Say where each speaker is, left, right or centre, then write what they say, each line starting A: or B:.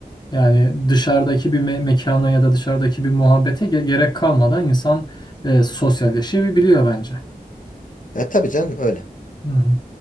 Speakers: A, on the left; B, on the left.
A: Yani dışarıdaki bir me- mekana ya da dışarıdaki bir muhabbete ge- gerek kalmadan insan e, sosyalleşebiliyor bence.
B: E, tabii canım öyle.
A: Hı hı.